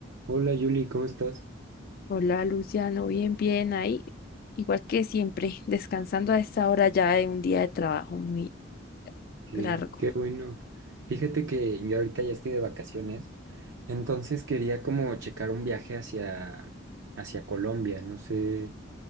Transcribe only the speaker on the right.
Hola Yuli, ¿cómo estás?
Qué,
qué bueno. Fíjate que yo ahorita ya estoy de vacaciones, entonces quería como checar un viaje hacia, hacia Colombia. No sé,